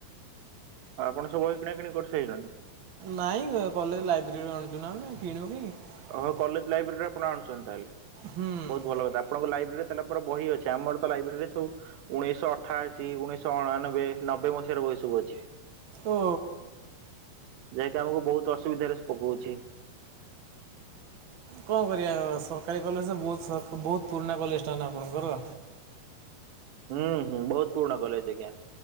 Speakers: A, on the right (about 85°); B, on the right (about 45°).
A: ଆଉ ଆପଣ ସବୁ ବହି କିଣାକିଣି କରିସାଇଲଣି?
B: ନାଇଁ ଅ କଲେଜ ଲାଇବ୍ରେରୀରୁ ଆଣୁଚୁ ନା ଆମେ କିଣିବୁ କାହିଁକି।
A: ହଉ କଲେଜ ଲାଇବ୍ରେରୀରୁ ଆପଣ ଆଣୁଚନ୍ତି ତାହେଲେ
B: ହୁଁ
A: ବୋହୁତ ଭଲ କଥା ଆପଣଙ୍କ ଲାଇବ୍ରେ ରୀରେ ତାହେଲେ ପୁରା ବହି ଅଛି ଆମର ତ ଲାଇବ୍ରେୀରେ ସବୁ ଉଣେଇଶ ଅଠାଅଶୀ ଉଣେଇଶ ଅଣାନବେ ନବେ ମସିହା ର ବହି ସବୁ ଅଛି।
B: ଓ
A: ଯାହାକି ଆମକୁ ବୋହୁତ ଅସୁବିଧାରେ ସେ ପକୋଉଛି।
B: କଣ କରିବା ସରକାରୀ କଲେଜ ତ ବୋହୁତ ସା ବୋହୁତ ପୁରୁଣା କଲେଜଟା ନା ଆପଣଙ୍କର।
A: ହୁଁ ହୁଁ ବୋହୁତ ପୁରୁଣା କଲେଜ ଆଜ୍ଞା